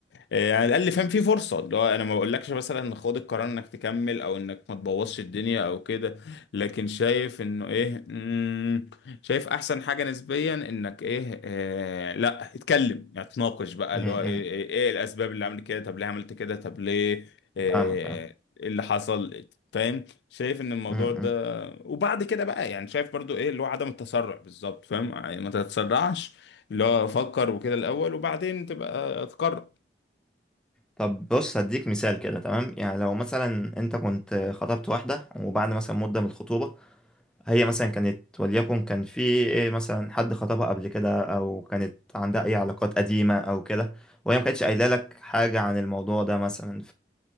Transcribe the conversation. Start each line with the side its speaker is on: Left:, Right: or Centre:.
Left: آه، يعني على الاقل فاهم في فرصة اللي هو انا ما بقولكش مثلا خد القرار انك تكمل او انك ما تبوظش الدنيا او كده لكن شايف انه ايه مم، شايف احسن حاجه نسبيا انك ايه آه لا اتكلم يعني تناقش بقى
Centre: امم
Left: اللي هو ايه, ايه, ايه الاسباب اللي عملت كده طب ليه عملت كده طب ليه آه
Centre: فاهمك فاهم
Left: ايه اللي حصل فاهم شايف ان الموضوع
Centre: امم
Left: ده وبعد كده بقى يعني شايف برضو ايه اللي هو عدم التسرع بالظبط فاهم يعني ما تتسرعش اللي هو فكر وكده الاول وبعدين تبقى تقرر
Centre: طب بص هديك مثال كده تمام يعني لو مثلا انت كنت خطبت واحده وبعد مثلا مده من الخطوبه هي مثلا كانت وليكن كان في إيه مثلا حد خطبها قبل كده او كانت عندها اي علاقات قديمة او كده وهي ما كانتش قايله لك حاجة عن الموضوع ده مثلا